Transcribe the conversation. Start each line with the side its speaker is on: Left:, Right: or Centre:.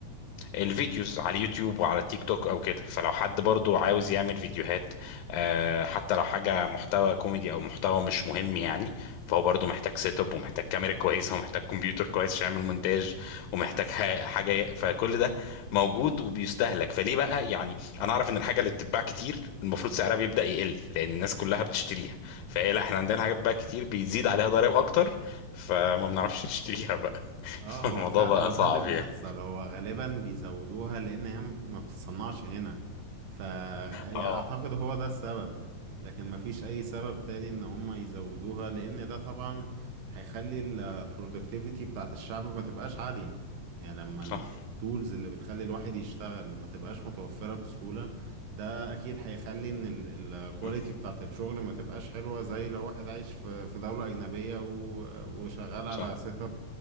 Left: الفيديوز على اليوتيوب وعلى التيك توك او كده فلو حد برضو عاوز يعمل فيديوهات آه، حتى لو حاجة محتوى كوميدي او محتوى مش مهم يعني فهو برضو محتاج سيت اب ومحتاج كاميرا كويسة <laughs> ومحتاج كمبيوتر كويس عشان يعمل مونتاج ومحتاج ح- حاجة ي- فكل ده موجود وبيستهلك فليه بقى يعني انا اعرف ان الحاجة اللي بتتباع كتير المفروض سعرها بيبدأ يقل لان الناس كلها بتشتريها فهي لا احنا عندنا حاجات بقى كتير بيزيد عليها ضرائب اكتر فما بنعرفش نشتريها بقى <laughs>
Right: اه
Left: الموضوع
Right: هو فعلا
Left: بقى صعب
Right: ده اللي بيحصل
Left: يعني
Right: هو غالبا بيزودوها لان هي ما ما بتتصنعش هنا ف يعني
Left: اه
Right: اعتقد هو ده السبب لكن ما فيش اي سبب تاني ان هم يزودوها لان ده طبعا هيخلي البرودكتيفيتي بتاعت الشعب ما تبقاش عالية يعني لما التولز
Left: صح
Right: اللي بتخلي الواحد يشتغل ما تبقاش متوفرة بسهولة ده اكيد هيخلي ان الكواليتي
Left: مم.
Right: بتاعت الشغل ما تبقاش حلوة زي لو واحد عايش في في دولة اجنبية و- وشغال على
Left: صح
Right: سيت اب